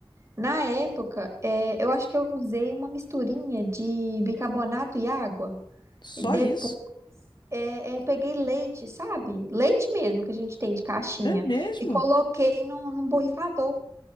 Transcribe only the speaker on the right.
Na época, é, eu acho que eu usei uma misturinha de bicarbonato e água.
E depois,
é, é, eu peguei leite, sabe? Leite mesmo que a gente tem de caixinha.
E coloquei num, num borrifador.